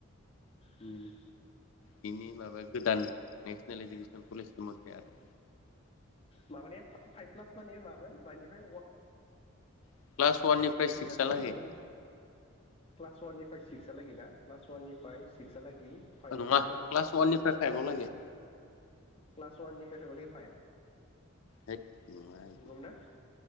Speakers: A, on the left; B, on the left.
A: उम
B: बिनि माबाया गोदान नेसनेल इडुकेसन पलिसि <unintelligible> आरो
A: माबाने फाइभ प्लास माने मामोन मानिफ्राय?
B: क्लास वाननिफ्राय सिक्सहालागै
A: मानिफ्राय मामोन क्लास वाननिफ्राय? सिक्सआलागैना? क्लास वाननिफ्राय सिक्सलागि फाइभ
B: अ नङा
A: फाइभ प्लास
B: क्लास वाननिफ्राय फाइभआव लागै
A: क्लास वाननि <unintelligible> फाइभ
B: हैद नङा इदि
A: नंगौमोन ना